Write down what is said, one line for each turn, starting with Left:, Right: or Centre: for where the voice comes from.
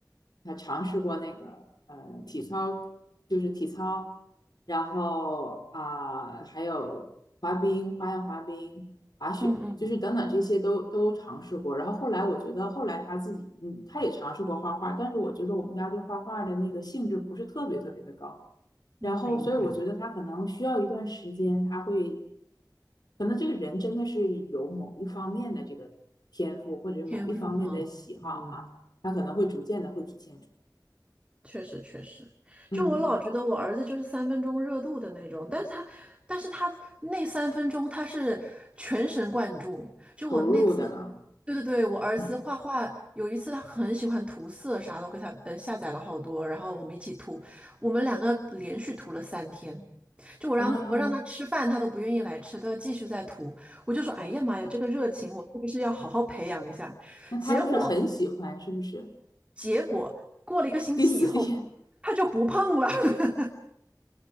Left: 她尝试过那个呃体操，就是体操，然后啊、还有滑冰，花样滑冰，滑雪，
Right: 嗯嗯，
Left: 就是等等这些都都尝试过。然后后来我觉得，后来他自己，嗯，他也尝试过画画，但是我觉得我们家对画画的那个兴致不是特别特别的高。然后，
Right: 嗯，明白。
Left: 所以我觉得他可能需要一段时间，他会，可能这个人真的是有某一方面的这个天赋，或者是某一方面的喜好哈，
Right: 天赋哈，嗯。
Left: 他可能会逐渐的会体现出，
Right: 确实确实，
Left: 嗯，
Right: 就我老觉得我儿子就是三分钟热度的那种，但是他，但是他那三分钟他是全神贯注。就我那次，
Left: 投入的呢，
Right: 对对对，我儿子画画，
Left: 嗯
Right: 有一次他很喜欢涂色啥的，我给他呃下载了好多，然后我们一起涂，我们两个连续涂了三天。就我让我让他吃饭，
Left: 啊，
Right: 他都不愿意来吃，都要继续再涂。我就说，哎呀妈呀，这个热情我是不是要好好培养一下？
Left: 那他就是很喜欢，
Right: 结果
Left: 是不是？
Right: 结果过了一个星期以后。
Left: 第四点，
Right: 他就不碰了，<laughs>